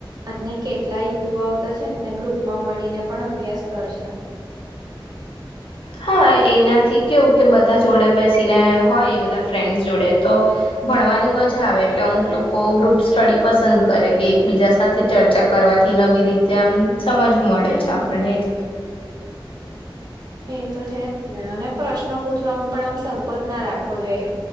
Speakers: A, on the right (about 50°); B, on the left (about 85°).
A: અને કેટલાય યુવાઓ તો છે ને, ગ્રુપમાં મળીને પણ અભ્યાસ કરે છે. <unintelligible>
B: હા, એનાથી કેવું કે બધા જોડે બેસીને હોય, બધા ફ્રેન્ડસ જોડે તો. ભણવાની મજા આવે, એટલે અમુક લોકો ગ્રુપ સ્ટડી પસંદ કરે. કે એકબીજા સાથે ચર્ચા કરવાથી નવી રીતે આમ સમજ
A: હમ
B: મળે છે આપણને, એટલે.
A: એ તો છે જ ને. અને પ્રશ્નો પૂછવામાં પણ આમ સંકોચ ના રાખવો જોઈએ,